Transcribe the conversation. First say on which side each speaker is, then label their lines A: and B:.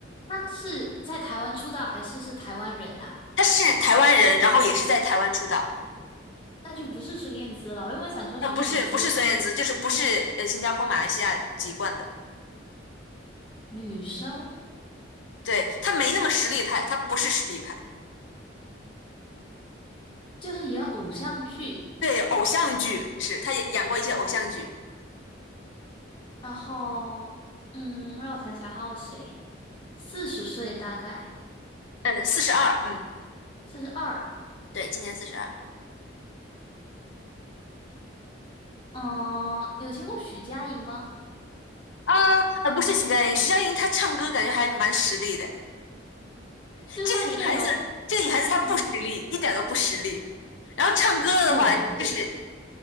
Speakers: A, on the left; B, on the left.
A: 她是在台湾出道还是是台湾人啊？
B: 他是台湾人，然后也是在台湾出道，
A: 那就不是孙燕姿了。我原本想说孙燕姿，
B: 呃，不是不是孙燕姿，就是不是呃新加坡、马来西亚籍贯的，
A: 女生
B: 对，他没那么实力派，他不是实力派，
A: 就是演偶像剧，
B: 对，偶像剧是，他也演过一些偶像剧，
A: 然后嗯，让我想想还有谁，四十岁大概
B: 嗯，四十二，嗯，
A: 四十二。
B: 对，今年四十二，
A: 嗯，你有听过许佳莹吗？
B: 啊，呃，不是徐佳莹，徐佳莹她唱歌感觉还蛮实力的，
A: 就是她是那种
B: 这个女孩子，这个女孩子她不实力，
A: 嗯，
B: 一点都不实力，然后唱歌的话就是，
A: 一点都不